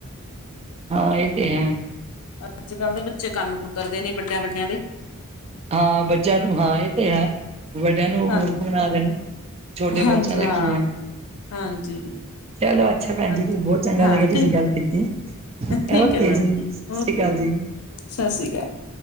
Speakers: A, on the right; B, on the left.
A: ਹਾਂ ਇਹ ਤੇ ਹੈ।
B: ਅੱਜ-ਕੱਲ੍ਹ ਦੇ ਬੱਚੇ ਕੰਨ ਕੁਤਰਦੇ ਨੇ ਵੱਡਿਆਂ ਦੇ,
A: ਹਾਂ ਬੱਚਿਆਂ ਨੂੰ ਹਾਂ ਇਹ ਤੇ ਹੈ, ਵੱਡਿਆਂ ਨੂੰ
B: ਹਾਂਜੀ।
A: ਮੂਰਖ ਬਨਾ ਦੇਣਾ। ਛੋਟੇ
B: ਹਾਂਜੀ,
A: ਬੱਚਿਆਂ ਦਾ
B: ਹਾਂ
A: ਕੀ ਹੈ
B: ਹਾਂਜੀ।
A: ਚਲੋ ਅੱਛਾ ਭੈਣ
B: ਅੱ-
A: ਜੀ, ਬਹੁਤ ਚੰਗਾ
B: ਹਾਂ
A: ਲੱਗਿਆ
B: ਠੀਕ,
A: ਤੁਸੀਂ ਗੱਲ ਕੀਤੀ।
B: ਠੀਕ
A: ਓਕੇ
B: ਹੈ ਮੈਡਮ
A: ਜੀ
B: ਠੀਕ
A: ਸਤਿ ਸ੍ਰੀ
B: ਓਕੇ
A: ਅਕਾਲ ਜੀ।
B: ਸਤਿ ਸ੍ਰੀ ਅਕਾਲ,